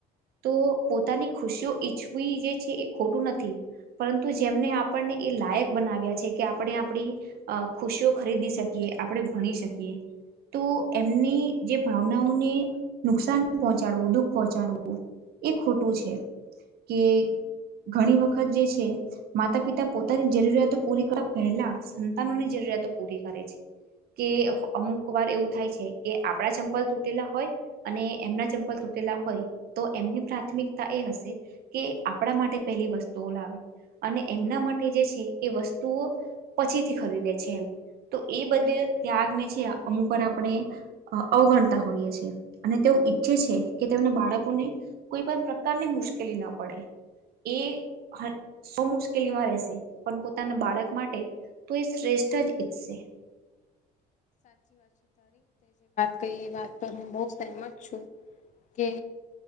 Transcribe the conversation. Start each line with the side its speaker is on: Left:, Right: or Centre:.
Right: તો પોતાની ખુશીઓ ઈચ્છવી જે છે એ ખોટું નથી પરંતુ જેમને આપણને એ લાયક બનાવ્યા છે કે આપણે આપણી ખુશીઓ ખરીદી શકીએ આપણે ભણી શકીએ તો એમની જે ભાવનાઓને નુકસાન પહોંચાડવું દુઃખ પહોંચાડવું એ ખોટું છે કે ઘણી વખત જે છે માતા પિતા પોતાની જરૂરિયાતો પૂરી કરવા પહેલા સંતાનોની જરૂર. તો પૂરી કરે છે. કે અમુક વાર એવું થાય છે કે આપડા ચંપલ તૂટેલા હોય અને એમના ચંપલ તૂ ટેલા હોય તો એમની પ્રાથમિકતા એ હશે કે આપણા માટે પેલી વસ્તુઓ લાવે અને એમના માટે જે છે એ વસ્તુઓ પછીથી ખરીદે છે. તો એ બધે ત્યાગને છે અમુક આપણે અવગણતા હોઈએ છ છેએ અને તે ઈચ્છે છે કે તેમને બાળકોને કોઈ પણ પ્રકારની મુશ્કેલી ના પડે એ સૌ મુશ્કેલીમાં રહેશે પણ પોતાના બાળક માટે તો એ શ્રેષ્ઠ ઈજ સે
Left: કઈ એ વાત પર હું બહુ સહેમત છું. કે